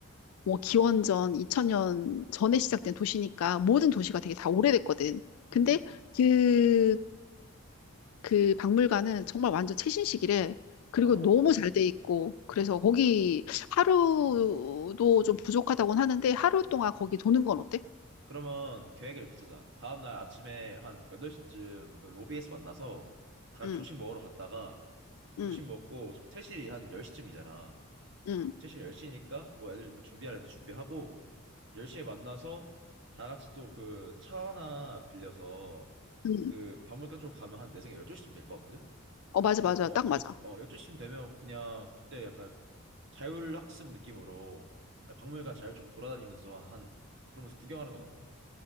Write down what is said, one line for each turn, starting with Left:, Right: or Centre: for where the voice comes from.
Left: 뭐 기원전 2000년 전에 시작된 도시니까 모든 도시가
Right: 음.
Left: 되게 다 오래됐거든. 근데
Right: 음.
Left: 그, 그 박물관은 정말 완전 최신식이래. 그리고
Right: 어.
Left: 너무 잘 돼 있고, 그래서 거기 하루도 좀 부족하다고는 하는데, 하루 동안 거기 도는 건 어때?
Right: 그러면 계획을 이렇게 짜자. 다음 날 아침에 한 8시쯤 그 로비에서 만나서 다 같이
Left: 응,
Right: 조식 먹으러 갔다가
Left: 응,
Right: 조식 먹고 어차피 퇴실이 한 10시쯤이잖아.
Left: 응,
Right: 최신 10시니까 뭐 애들 뭐 준비할 애들 준비하고 10시에 만나서 다 같이 또 그 차 하나 빌려서
Left: 응.
Right: 그 박물관 쪽으로 가면 한 내 생각에 12시쯤 될 것 같거든?
Left: 어, 맞아,
Right: 그,
Left: 맞아.
Right: 어,
Left: 딱 맞아.
Right: 12, 어, 열두 시쯤 되면 그냥 그때 약간 자율학습 느낌으로 박물관 자율적으로 돌아다니면서 한 그러면서 구경하는 건 어때?